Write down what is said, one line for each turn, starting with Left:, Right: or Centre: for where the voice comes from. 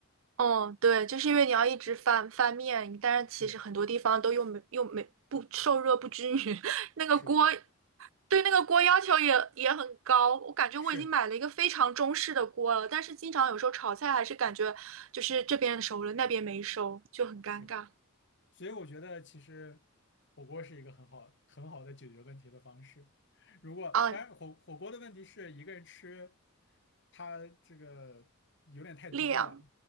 Right: 哦，对，就是因为你要一直翻翻面，但是其实很多地方都又没又没不受热不均匀，
Left: 是的，
Right: <laughs> 那个锅
Left: 是的，
Right: 对那个锅要求也也很高，我感觉我已经买了一个非常中式的锅了，
Left: 是
Right: 但是经常有时候炒菜还是感觉就是这边熟了，那边没熟，就很尴尬
Left: 是，所以我觉得其实火锅是一个很好很好的解决问题的方式。如果当然火火锅的问题是一个人吃，
Right: 啊。
Left: 它这个有点太多了，
Right: 量，